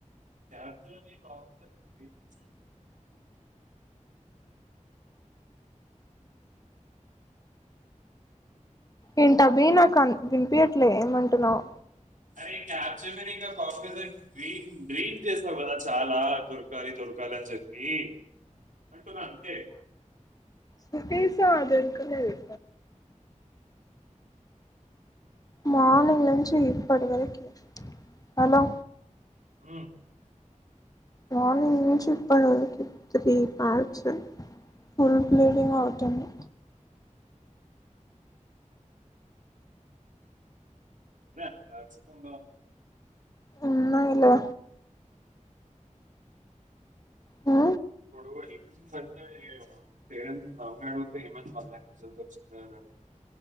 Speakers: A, on the right (about 80°); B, on the left (about 30°).
A: క్యాబ్ జమిని కాగ్నిజెంట్ డ్రీమ్ చేశావు.
B: ఏంటబి నాకు వినిపయట్లే ఏమంటున్నావు
A: అరే మకాండ డ్రీమ్ చేసావు కదా చాలా దొరకాలి దొరకాలి అని చెప్పి అంటున అంతే
B: కుస్దడుకులేదు
A: ఆ.
B: మార్నింగ్ నుంచి ఇప్పటి వరకి హలో
A: ఉ
B: మార్నింగ్ నుంచి ఇప్పటివరకు త్రీ ప్యాట్స్ ఫుల్ బ్లీడింగ్ అవుతుంది
A: ఉన్నా, రాచకొండ
B: ఉన్నయిలే ఆ
A: ఇడుగా హమన్ అ హరన్ నవంగా అడుగుతే హమన్ మళ్ళజలు వచ్చి అగుా